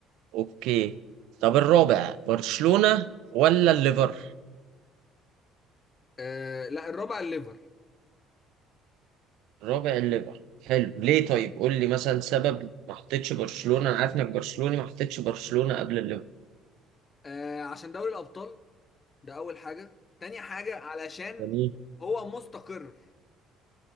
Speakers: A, on the right; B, on the left.
A: اوكي طب الرابع برشلونة ولا الليفر
B: آه لا الرابع الليفر
A: الرابع الليفر حلو ليه طيب قول لي مثلا سبب ما حطيتش برشلونة انا عارف انك برشلوني ما حطيتش برشلونة قبل الليفر
B: آه عشان دوري الابطال ده اول حاجه تاني حاجه علشان
A: جميل
B: هو مستقر